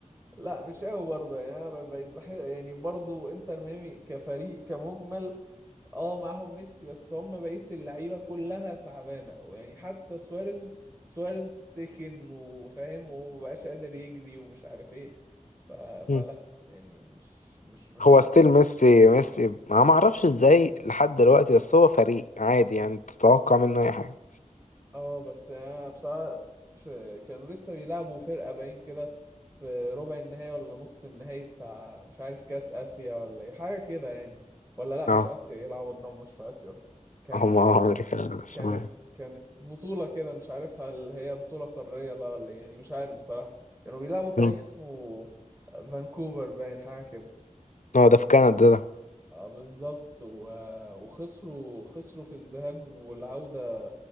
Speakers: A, on the right (about 20°); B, on the left (about 70°).
A: لا مش قوي برضه يعني انا ب- بقيت بحس يعني برضه انتر ميامي كفريق كمجمل اه معاهم ميسي بس هم بقيت اللعيبه كلها تعبانه ويعني حتى سواريز سواريز تخن وفاهم ومبقاش قادر يجري ومش عارف ايه ف... فلا
B: مم.
A: يعني مش مش مش
B: هو ستيل ميسي ميسي ما ما اعرفش ازاي لحد دلوقتي بس هو فريق عادي يعني تتوقع منه اي حاجه
A: اه بس يعني انا بصراحة مش كانوا لسه بيلعبوا فرقة باين كده في ربع النهائي ولا نص النهائي بتاع مش عارف كاس اسيا ولا ايه حاجة كده يعني ولا لا
B: اه
A: مش اسيا ايه العبط ده مش في اسيا اصلا كان
B: هم اه امريكا
A: أم-
B: الشمالية
A: كانت كانت بطولة كده مش عارف هل هي بطولة قارية بقى ولا إيه، يعني مش عارف بصراحة كانوا بيلعبوا فريق
B: مم.
A: اسمه فانكوفر باين حاجة كده
B: اه ده في كندا ده
A: اه بالظبط و... وخسروا خسروا في الذهاب والعودة